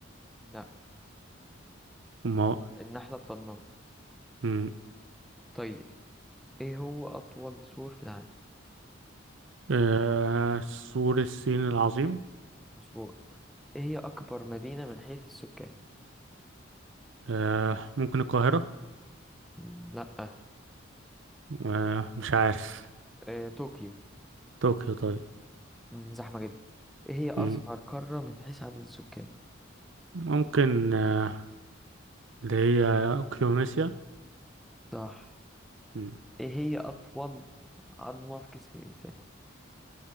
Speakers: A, in the centre; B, on the right.
A: لا
B: وما
A: النحلة الطنان
B: م-
A: طيب إيه هو أطول سور في العالم
B: آه، سور الصين العظيم
A: مظبوط إيه هي أكبر مدينة من حيث السكان
B: آه، ممكن القاهرة
A: مم، لا
B: آه، مش عارف
A: آه، طوكيو
B: طوكيو طيب
A: مم، زحمة جدا ايه هي أصغر
B: م-
A: قارة من حيث عدد السكان
B: ممكن آه، اللي هي أوكيونيسيا
A: صح
B: م-
A: ايه هي أطول عظمة في جسم الإنسان